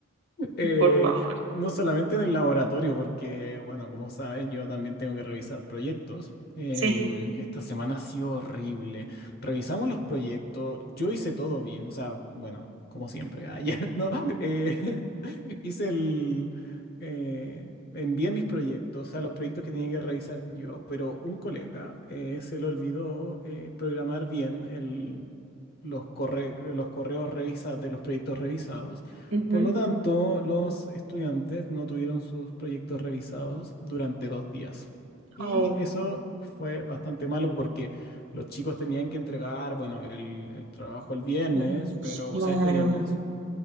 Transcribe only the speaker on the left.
Eh,
no solamente en el laboratorio, porque, bueno, como sabes, yo también tengo que revisar proyectos. Em,
esta semana ha sido horrible. Revisamos los proyectos, yo hice todo bien, o sea, bueno, como siempre, ayer, <laughs> ¿no? Eh, <laughs> hice el... eh, envié mis proyectos, o sea, los proyectos que tenía que revisar yo, pero un colega eh, se le olvidó eh, programar bien el, los corre- los correos revisados de los proyectos revisados.
Por lo tanto, los estudiantes no tuvieron sus proyectos revisados durante dos días. Y
eso fue bastante malo porque los chicos tenían que entregar, bueno, el, el trabajo el viernes,
pero,
o sea, este viernes,